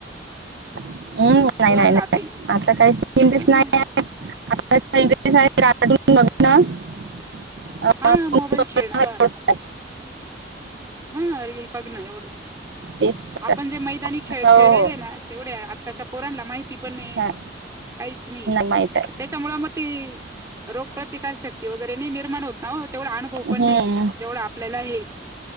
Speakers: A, on the right (about 70°); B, on the right (about 15°).
A: <unintelligible>
B: पोरांला आता ह
A: <unintelligible> अं,
B: हा मोबाईल
A: बघणं,
B: खेळण
A: व्यवस्था.
B: बस हा रील बघणं एवढंच
A: तेच
B: आपण
A: तर
B: जे मैदानी खेळ
A: हो
B: खेळलं
A: हो
B: ते. तेवढ्या आत्ताच्या पोरांला माहिती पण नाही
A: हा
B: काहीच नाही.
A: माहित आहे
B: त्याच्यामुळे मग ती रोगप्रतिकार शक्ती नाही निर्माण होत. ना हो तेवढा अनुभव पण
A: हम्म
B: नाही जेवढा आपल्याला हे.